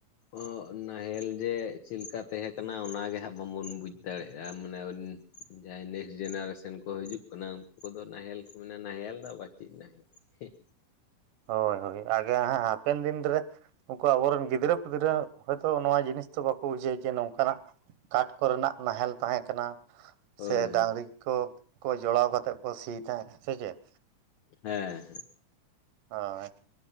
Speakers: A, on the left; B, on the right.
A: ᱚᱜ ᱱᱟᱦᱮᱞ ᱡᱮ ᱪᱮᱞᱮᱠᱟ ᱛᱟᱦᱮᱸ ᱠᱟᱱᱟ ᱚᱱᱟ ᱜᱮ ᱦᱟᱸᱜ ᱵᱟᱝᱵᱚᱱ ᱵᱩᱡ ᱫᱟᱲᱮᱜᱼᱟ ᱢᱟᱱᱮ ᱚᱱ ᱡᱟᱦᱟᱸᱭ ᱱᱮᱠᱥᱴ ᱡᱮᱱᱟᱨᱮᱥᱚᱱ ᱠᱚ ᱦᱤᱡᱩᱜ ᱠᱟᱱᱟ ᱩᱱᱠᱩ ᱠᱚᱫᱚ ᱱᱟᱦᱮᱞ ᱠᱚ ᱢᱮᱱᱟ, ᱱᱟᱦᱮᱞ ᱫᱚ ᱟᱵᱟᱨ ᱪᱮᱫ ᱱᱟᱦᱮᱞ? ᱦᱮᱸ᱾
B: ᱦᱳᱭ ᱦᱳᱭ ᱟᱜᱮ ᱦᱟᱸᱜ ᱦᱟᱯᱮᱱ ᱫᱤᱱ ᱨᱮ ᱩᱱᱠᱩ ᱟᱵᱚᱨᱮᱱ ᱜᱤᱫᱽᱨᱟᱹ-ᱯᱤᱫᱽᱨᱟᱹ ᱦᱚᱭᱛᱳ ᱱᱚᱣᱟ ᱡᱤᱱᱤᱥ ᱛᱚ ᱵᱟᱠᱚ ᱵᱩᱡᱷᱟᱹᱣᱟ ᱡᱮ ᱱᱚᱝᱠᱟᱱᱟᱜ᱾ ᱠᱟᱴᱷ ᱠᱚᱨᱮᱱᱟᱜ ᱱᱟᱦᱮᱞ ᱛᱟᱦᱮᱸ ᱠᱟᱱᱟ᱾
A: ᱦᱳᱭ
B: ᱥᱮ
A: ᱦᱳᱭ
B: ᱰᱟᱝᱨᱤ ᱠᱚ ᱠᱚ ᱡᱚᱲᱟᱣ ᱠᱟᱛᱮ ᱠᱚ ᱥᱤ ᱛᱟᱦᱮᱸᱜ ᱥᱮ ᱪᱮᱫ?
A: ᱦᱮᱸ ᱦᱮᱸ᱾
B: ᱦᱳᱭ᱾